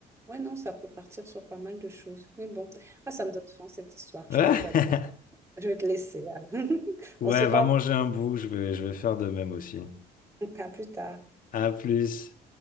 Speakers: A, on the right; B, on the left.
A: Ouais, non, ça peut partir sur pas mal de choses. Mais bon, ah, ça me donne faim cette histoire.
B: Ouais,
A: Je crois que je vais,
B: <laughs>
A: je vais te laisser. Anne. <laughs>
B: ouais,
A: On se parle
B: va manger un bout, je vais, je vais faire de même aussi.
A: à plus tard.
B: À plus.